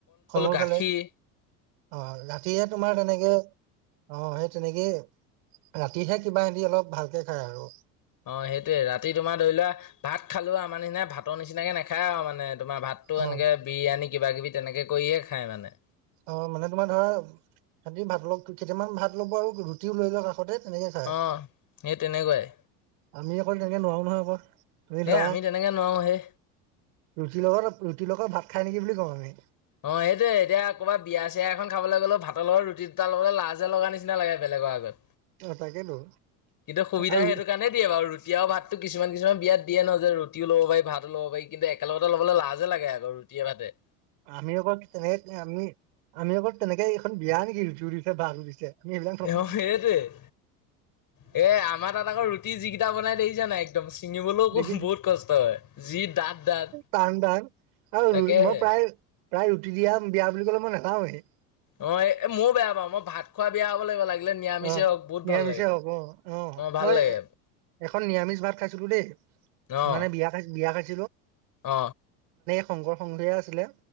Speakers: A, on the right; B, on the left.
A: ফল মূল
B: গাখীৰ
A: খালে। অ ৰাতিহে তোমাৰ তেনেকে অ সেই তেনেকেই ৰাতিহে কিবা এদি অলপ ভালকে খায় আৰু।
B: অ সেইটোয়ে ৰাতি তোমাৰ ধৰি লোৱা ভাত খালো আমাৰ নিচিনা ভাতৰ নিচিনাকে নাখায় আৰু মানে তোমাৰ ভাতটো
A: অ
B: এনেকে বিৰিয়ানী কিবা কিবি তেনেকে কৰিয়ে খায় মানে।
A: অ মানে তোমাৰ ধৰা সিহতি ভাত ল কেইটামান ভাত ল'ব আৰু ৰুটিও লৈ লওক কাষতে তেনেকে খায়
B: আহ সেই তেনেকুৱাই
A: আমি অকল তেনেকে নোৱাৰোও নহয় আকৌ তুমি ধৰা
B: এ আমি তেনেকে নোৱাৰো হে
A: ৰুটিৰ লগত ৰুটিৰ লগত ভাত খাই নেকি বুলি কওঁ আমি।
B: অ সেইটোৱে, এতিয়া কৰবাত বিয়া চিয়া এখন খাবলৈ গ'লেও ভাতৰ লগত ৰুটি দুটা ল'বলৈ লাজ যে লগা নিচিনা লাগে। বেলেগৰ আগত
A: অ তাকেতো
B: কিন্তু সুবিধা
A: আৰু
B: সেইটো কাৰণেয়ে বাৰ ৰুটি আৰু ভাততো কিছুমান বিয়াত দিয়ে ন যে ৰুটিও ল'ব পাৰি ভাতো ল'ব পাৰি কিন্তু একেলগতে লব লাজে লাগে আক ৰুটিয়ে ভাতে।
A: আমি আকৈ তেনেকে আমি আমি আৰ তেনেকে এইখন বিয়া নেকি ৰুতিও দিছে ভাত ও দিছে। আমি এবিলাক
B: এ অ সেইটোৱে এ আমাৰ তাত আকৌ ৰুটি যিকিটা বনাই দেখিছা নাই একদম ছিঙিবলৈও
A: দেখি
B: বহুত কষ্ট হয়। যি ডাঠ ডাঠ
A: টান টান আৰু
B: তাকেহে।
A: ই মই প্ৰায় প্ৰায় ৰুটি দিয়া বিয়া বুলি কলে মই নাখাওঁৱেই।
B: অ এ মইো বেয়া পাওঁ মই ভাত খোৱা বেয়া হ'ব লাগিব লাগে। লাগিলে নিৰামিষেই
A: অ
B: হওক বহুত
A: নিৰামিষেই
B: ভাল
A: হওঁক অ অ
B: ভাল
A: মই
B: লাগে
A: এখন নিৰামিষ ভাত খাইছিলো দেই
B: অ'
A: মানে বিয়া খাই বিয়া খাই
B: অ
A: সংঘৰ সংঘ আছিলে।